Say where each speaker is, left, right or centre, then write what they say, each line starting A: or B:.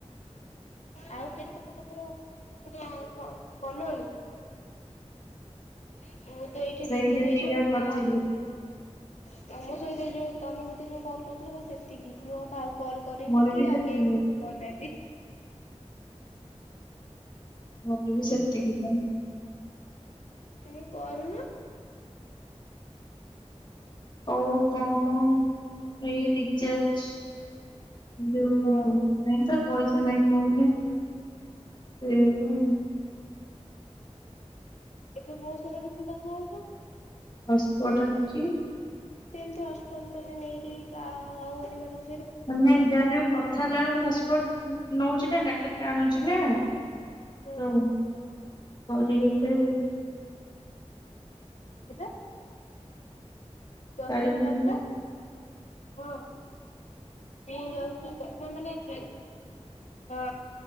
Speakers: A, on the left (about 75°); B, on the left (about 40°).
A: ଆଉ କେତକ ତମର <unintelligible> କଲଣି। ମୋର ତ ଏଇଠି
B: ସେଇ
A: ଦି ଦିନ
B: ଯେତିକି
A: ହେଇଯିବ
B: ଯାହା କରିଥିଲି
A: କାହାକୁ ତମ ସହିତ ଯୋଉ ତମେ ମତେ ଯୋଉ କଲ୍ କରିଥିଲ ବାସ ସେତିକି ମୁଁ ଆଉ କାହାକୁ କଲ୍ କରିନି
B: ମୋର
A: କି
B: ବି ସେତିକି
A: ଆଉ କେହି ବି ମତେ କରିନାହାନ୍ତି।
B: ମୋର ବି ସେତିକି।
A: ତେମେ କରୁନ
B: ଆଉ କଣ ଏଇ ରିଚାର୍ଜ ଯୋଉ
A: ହଁ
B: ନାଇଁ ତ ପଇସା ନହିଁ ଫୋନ୍ ରେ ସେଇଆ ତ।
A: ଏବେ ମୋ ସହିତ କେମିତି କଥା ହଉଛ?
B: ହସପୋର୍ଟ ଆଣିଛି।
A: କେମତି ହଟ୍ ସ୍ବଟ୍ ମାନେ ନେଇକି କା ଆଉ ଅନ୍ୟମାନେ
B: ମାନେ ଯାହେଲେ ବି କଥା ହେଲା ବେଳୁକୁ ହଟ୍ ସ୍ପଟ୍ ନଉଚି ନା ଡାଟା ଟାଣୁଚି ନା
A: ହୁଁ
B: ତ ପରି ଗୋଟେ ଉ
A: କୋଉଟା ଦଶଟା
B: ଚାଳିଶ
A: ରୁ
B: ମିନିଟ
A: ବାରଟା। ହଁ ମୁଁ ଯାଉଚି ମାନେ <inaudible> ହଁ